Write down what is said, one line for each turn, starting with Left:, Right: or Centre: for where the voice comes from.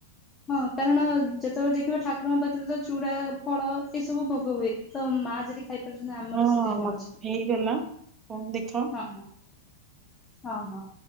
Left: ହଁ କାରଣ ଯେତେବେଳେ ଦେଖିବ ଠାକୁରଙ୍କ ପାଖରେ ତ ଚୁଡା, ଫଳ, ଏସବୁ ଭୋଗ ହୁଏ। ତ ମା ଯଦି ଖାଇ ପାରୁଛନ୍ତି ଆମର
Right: ହଁ
Left: ସେଥିରେ କଣ
Right: ମତେ
Left: ଅଛି।
Right: ହେଇଗଲା ଫୋନ ଦେଖାଅ।
Left: ହଁ। ହଁ ହଁ।